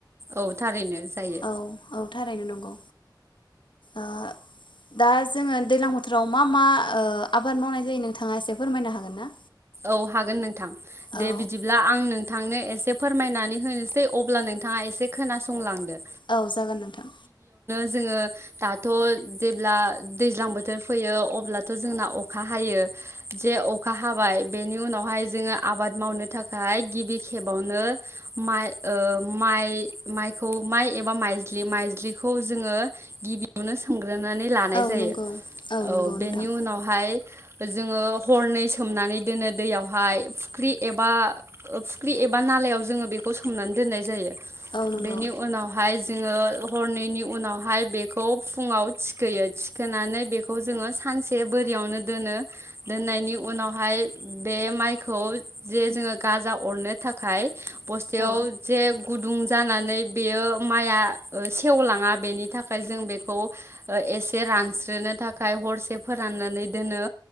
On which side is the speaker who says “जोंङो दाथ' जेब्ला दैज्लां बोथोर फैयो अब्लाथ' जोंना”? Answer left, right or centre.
Right